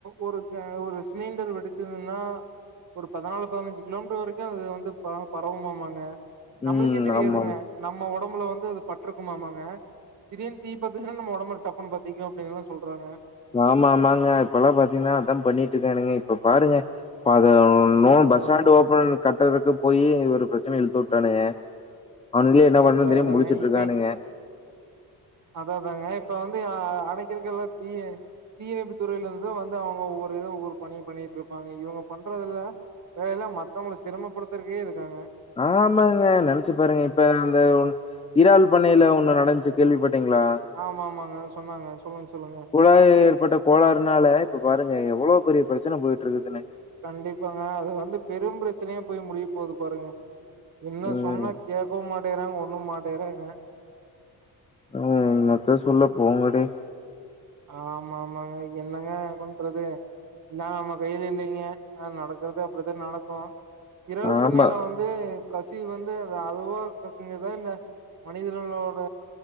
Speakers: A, on the right; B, on the left.
A: ஒருக்கே ஒரு சிலிண்டர் வெடிச்சுதுன்னா ஒரு பதினாலு பதினஞ்சு கிலோமீட்டர் வரைக்கு அது வந்து ப பரவுமாமாங்க நம்மளுக்கே
B: ம்.
A: தெரியாதுங்க
B: ஆமாம்.
A: நம்ம ஒடம்புல வந்து அது பட்ருக்குமாமாங்க திடீர்னு தீ பத்துச்சுன்னா நம்ம ஒடம் பு டப்புன்னு பத்தீக்கு அப்படின்னுல்லா சொல்றாங்க
B: ஆமா ஆமாங்க இப்பல்லா பாத்தீங்ன்னா அதா பண்ணிட்ருக்கானுங்க இப்ப பாருங்க இப்பத இன்னோ
A: ம் அதா
B: பஸ் ஸ்டாண்டு
A: அதாங்க
B: ஓபன் கட்டறதுக்கு போயி ஒரு ப்ரெச்சன இழுத்து உட்டானுங்க அவனுங்ளே என்ன பண்றதுன்
A: அதா
B: தெரியாம
A: அதாங்க
B: முழிச்சிட்டுருக்கானுங்க
A: இப்ப அதா அதாங்க இப்ப வந்து அ அடைக்கிறக்கெல்லா தீயு தீயணைப்பு துறையிலருந்து வந்து அவுங்க ஒவ்வொரு வித ஒவ்வொரு பணியுபண்ணிட்ருப்பாங்க இவங்க பண்றதுல வேல மத்தவங்கள சிரமப்படுத்தருக்கே இருக்காங்க
B: ஆமாங்க நெனச்சு பாருங்க இப்ப அந்த ஒன் இறால் பண்ணையில ஒண்ணு நடந்ச்சு கேள்விப்பட்டீங்ளா
A: ஆமா ஆமாங்க சொன்னாங்க சொல்லுங் சொல்லுங்க
B: குழாய்ல ஏற்பட்ட கோளாறுனால இப்ப பாருங்க எவ்ளோ பெரிய ப்ரெச்சன போய்ட்டுருக்குதுனு
A: கண்டிப்பாங்க அது வந்து பெரும் ப்ரெச்சனையா போய் முடிய போது பாருங்க என்ன
B: ம்
A: சொன்னா கேக்கவு மாட்டேங்றாங்க ஒண்ணும் மாட்டேங்றாங்க
B: அ இன்னாத்த சொல்ல போங்கடே
A: ஆமா ஆமாங்க என்னங்க பண்றது நாம்ம கைல இல்லூங்க ஆனா நடக்கறது அப்டிதா நடக்கு இறால்
B: ஆமா
A: பண்ணைல வந் து கசிவு வந்து அதுவா கசிந்திதா இல்ல மனிதர்களோட